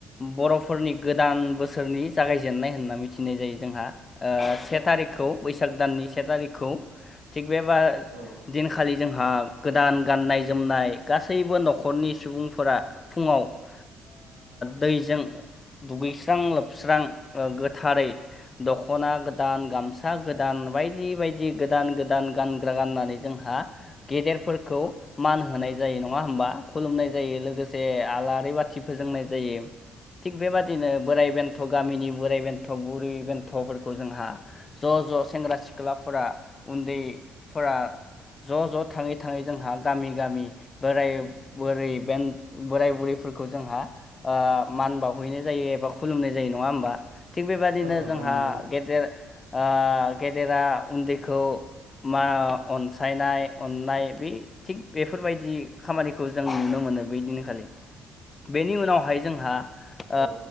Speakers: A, on the left; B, on the right.
A: बरफोरनि गोदान बोसोरनि जागायजेननाय होनना मिथिनाय जायो। जोंहा ओ से थारिकखौ बैसाग दाननि से थारिखखौ थिग बेबा
B: औ
A: दिनखालि जोंहा गोदान गाननाय जोमनाय गासैबो नखरनि सुबुंफोरा फुङाव ओ दैजों दुगैस्रां लोबस्रां ओ गोथारै दखना गोदान गामसा गोदान बायदि बायदि गोदान गोदान गानग्रा गाननानै जोंहा हा गेदेरफोरखौ मान होनाय जायो नङा होनबा खुलुमनाय ज जायो लोगोसे आलारि बाथि फोजोंनाय जायो। थिग बेबादिनो बोराइ बेन्थ गामिनि बोराइ बेन्थ बुरै बेन्थफोरखौ जोंहा ज ज सेंग्रा सिख्लाफोरा उन्दै फोरा ज ज थाङै थाङै जोंहा गामि गामि बोराय बोरै बेन बोराय बुरै फोरखौ जोंहा ओ मान बावहैैनाय जायो एबा खुलुमनाय जायो नङा होमबा? थिग बेबादिनो
B: अ औ नोंथां
A: जोंहा
B: नंगौ
A: गेदेर ओ गेदेरा उन्दैखौ मा अनसायनाय अननाय बे थिग बेफोरबायदि खामानिखौ जों नुनो मोनो। मोनो बै दिनखालि बेनि उनावहाय जोंहा ओ
B: औ